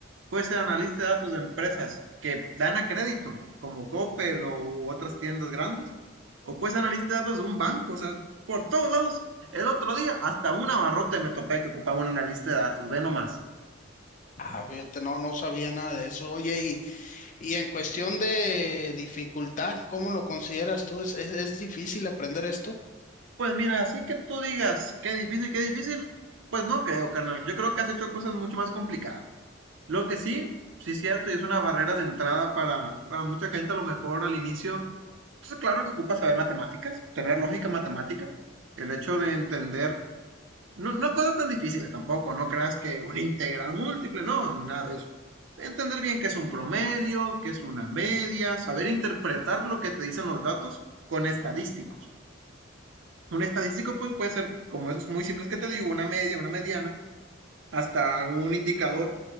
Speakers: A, on the right; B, on the left.
A: Puede ser analista de datos de empresas que dan a crédito como Coppel o u otras tiendas grandes. O puede ser analista de datos de un banco. O sea, por todos lados. El otro día hasta una barrota me topé que ocupaba un analista de datos. Ve nomás.
B: Ah, fíjate, no, no sabía nada de eso. Oye, Y en cuestión de dificultad, ¿cómo lo consideras tú? ¿Es, es, es difícil aprender esto?
A: Pues mira, así que tú digas, qué difícil, qué difícil. Pues no creo, carnal. Yo creo que has hecho cosas mucho más complicadas. Lo que sí, sí es cierto, y es una barrera de entrada para, para mucha gente a lo mejor al inicio. Pues claro que ocupa saber matemáticas, tener lógica matemática, el hecho de entender, no, no cosas tan difíciles tampoco, no creas que un integral múltiple, no, nada de eso. Entender bien qué es un promedio, qué es una media, saber interpretar lo que te dicen los datos con estadísticos. Un estadístico pues puede ser como esos muy simples que te digo, una media, una mediana, hasta un indicador